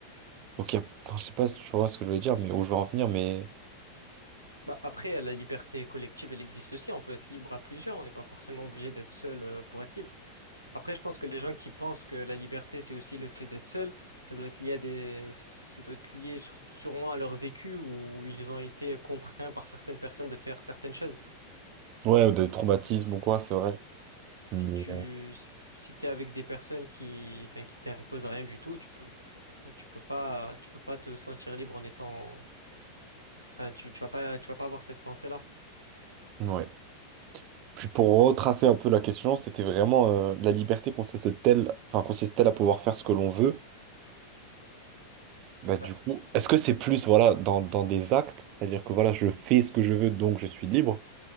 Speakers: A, on the right (about 40°); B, on the right (about 85°).
A: Donc il y a, alors, je sais pas si tu vois ce que je veux dire, mais où je veux en venir, mais
B: Bah, après, la liberté collective, elle existe aussi. On peut être libre à plusieurs. On n'est pas forcément obligé d'être seul euh, pour être libre. Après, je pense que les gens qui pensent que la liberté, c'est aussi le fait d'être seul, ça doit être lié à des, ça doit être lié sur- sûrement à leur vécu où ils ont été contraints par certaines personnes de faire certaines choses.
A: ouais, des traumatismes ou quoi, c'est vrai.
B: Si
A: Mais
B: tu si t'es avec des personnes qui enfin qui t'imposent rien du tout, tu peux tu peux pas tu peux pas te sentir libre en étant enfin tu, tu vas pas tu vas pas avoir cette pensée-là.
A: euh, ouais. Puis pour retracer un peu la question, c'était vraiment euh, la liberté consiste-t-elle, enfin consiste-t-elle à pouvoir faire ce que l'on veut? Bah du
B: Bah,
A: coup, est-ce que c'est plus voilà dans, dans des actes, c'est-à-dire que voilà, je fais ce que je veux, donc je suis libre,